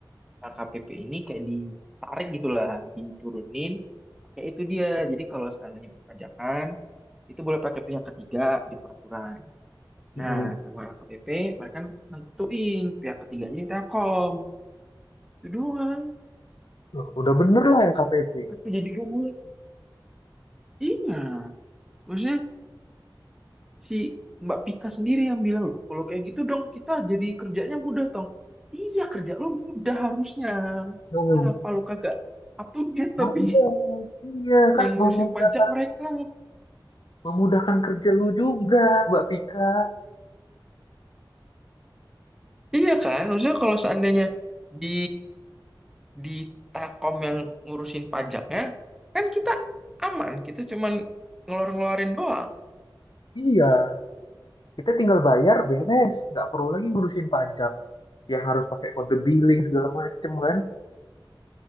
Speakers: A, in the centre; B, on the left.
A: KPP ini kayak ditarik gitulah, diturunin. Kayak itu dia. Jadi kalau seandainya perpajakan itu boleh pakai pihak ketiga di peraturan.
B: mm
A: Nah, sama LKPP mereka nentuin pihak ketiganya ini Telkom. Itu doang.
B: Loh, udah bener lah LKPP.
A: Tapi jadi ruwet. Iya. Maksudnya si Mbak Pika sendiri yang bilang loh, kalau kayak gitu dong kita jadi kerjanya mudah, Tong. Iya, kerja lo mudah harusnya.
B: Hmm.
A: Kenapa lo kagak update
B: Nah,
A: tapi
B: iya, iya
A: <laughs>
B: kan
A: yang ngurusin
B: memudahkan,
A: pajak mereka?
B: memudahkan kerja lu juga, Mbak Pika.
A: Iya kan? Maksudnya kalau seandainya di di Takom yang ngurusin pajaknya, kan kita aman. Kita cuman ngeluarin-ngeluarin doang.
B: Iya, kita tinggal bayar beres, nggak perlu lagi ngurusin pajak yang harus pakai kode billing segala macem kan.